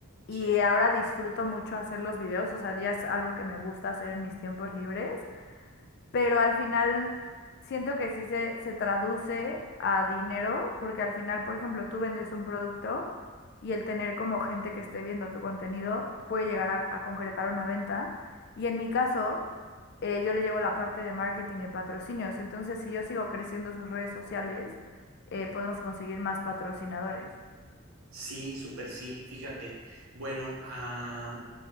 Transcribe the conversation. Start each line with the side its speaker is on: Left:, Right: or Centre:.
Left: Y
Right: sí.
Left: ahora disfruto mucho hacer los videos, o sea, ya es algo que me gusta hacer en mis tiempos libres. pero al final siento que sí se, se traduce a dinero, porque al final, por ejemplo, tú vendes un producto y el tener como gente que esté viendo tu contenido puede llegar a, a concretar una venta. Y en mi caso, eh, yo le llevo la parte de marketing y patrocinios. Entonces, si yo sigo creciendo sus redes sociales, eh, podemos conseguir más patrocinadores.
Right: Sí, súper sí, fíjate. Bueno, ah,